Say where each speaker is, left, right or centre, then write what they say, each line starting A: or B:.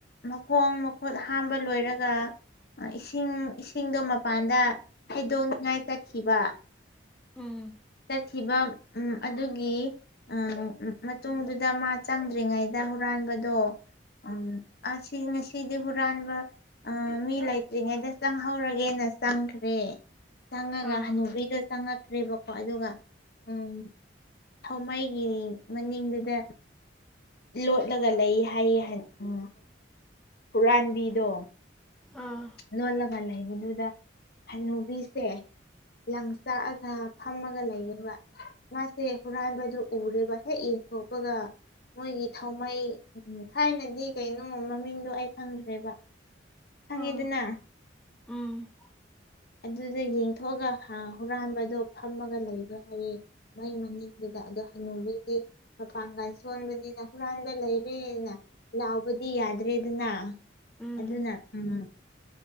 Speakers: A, on the left; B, in the centre.
A: ꯃꯈꯣꯡ ꯈꯨꯠ ꯍꯥꯝꯕ ꯂꯣꯏꯔꯒ ꯏꯁꯤꯡ ꯏꯁꯤꯡꯗꯣ ꯃꯄꯥꯟꯗ ꯍꯩꯗꯣꯛꯅꯤꯡꯉꯥꯏ ꯆꯠꯈꯤꯕ
B: ꯎꯝ
A: ꯆꯠꯈꯤꯕ ꯎꯝ ꯑꯗꯨꯒꯤ ꯎꯝ ꯃꯇꯨꯡꯗꯨꯗ ꯃꯥ ꯆꯪꯗ꯭ꯔꯤꯉꯩꯗ ꯍꯨꯔꯥꯟꯕꯗꯣ ꯎꯝ ꯉꯁꯤꯗꯤ ꯍꯨꯔꯥꯟꯕ ꯑ ꯃꯤ ꯂꯩꯇ꯭ꯔꯤꯉꯩꯗ ꯆꯪ ꯍꯧꯔꯒꯦꯅ ꯆꯪꯈ꯭ꯔꯦ ꯆꯪꯉꯒ
B: ꯑꯥ
A: ꯍꯅꯨꯕꯤꯗ ꯆꯪꯉꯛꯈ꯭ꯔꯦꯕ ꯀꯣ ꯑꯗꯨꯒ ꯎꯝ ꯊꯧꯃꯩꯒꯤ ꯃꯅꯤꯡꯗꯨꯗ ꯂꯣꯠꯂꯒ ꯂꯩ ꯍꯥꯏꯌꯦ ꯎ ꯍꯨꯔꯥꯟꯕꯤꯗꯣ
B: ꯑꯥ
A: ꯂꯣꯠꯂꯒ ꯂꯩꯕꯗꯨꯗ ꯍꯅꯨꯕꯤꯁꯦ ꯂꯪ ꯆꯥꯛꯑꯒ ꯐꯝꯃꯒ ꯂꯩꯌ‌ꯦꯕ ꯃꯥꯁꯦ ꯍꯨꯔꯥꯟꯕꯗꯨ‌ ꯎꯔꯦꯕ ꯍꯦꯛ ꯑꯗꯨꯒ ꯃꯣꯏꯒꯤ ꯊꯥꯎꯃꯩ ꯊꯥꯏꯅꯗꯤ ꯀꯩꯅꯣ ꯃꯃꯤꯡꯗꯣ ꯑꯩ ꯈꯪꯗ꯭ꯔꯦꯕ ꯈꯪꯏꯗꯅ
B: ꯑꯥ ꯎꯝ
A: ꯑꯗꯨꯗ ꯌꯦꯡꯊꯣꯛꯑꯒ ꯍꯨꯔꯥꯟꯕꯗꯣ ꯐꯝꯃꯒ ꯂꯩꯕ꯭ꯔ ꯍꯥꯏꯌꯦ ꯃꯩ ꯃꯅꯤꯡꯗꯨꯗ ꯑꯗ ꯍꯅꯨꯕꯤꯗꯤ ꯃꯄꯥꯡꯒꯥꯟ ꯁꯣꯟꯕꯅꯤꯅ ꯍꯨꯔꯥꯟꯕ ꯂꯩ ꯄ‌ꯦꯟꯅ ꯂꯥꯎꯕꯗꯤ ꯌꯥꯗ꯭ꯔꯦꯗꯅ
B: ꯎꯝ
A: ꯑꯗꯨꯅ ꯎꯝ